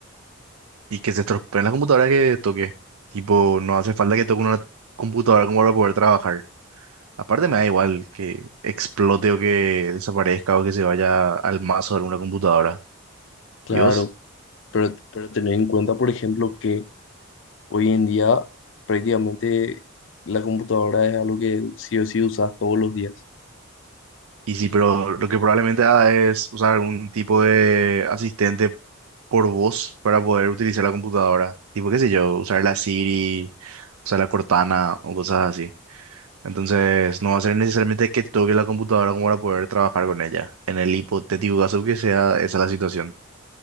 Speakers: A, on the right; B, on the left.
A: Y que se estropeen las computadoras que toque. Tipo, no hace falta que toque una computadora como para poder trabajar. Aparte me da igual que explote o que desaparezca o que se vaya al mazo de alguna computadora.
B: Claro,
A: ¿Y vos?
B: pero, pero tener en cuenta, por ejemplo, que hoy en día prácticamente la computadora es algo que sí o sí usas todos los días.
A: Y sí, pero lo que probablemente haga es usar algún tipo de asistente por voz para poder utilizar la computadora. Tipo, qué sé yo, usar la Siri, usar la Cortana o cosas así. Entonces, no va a ser necesariamente que toque la computadora como para poder trabajar con ella, en el hipotético caso que sea esa la situación.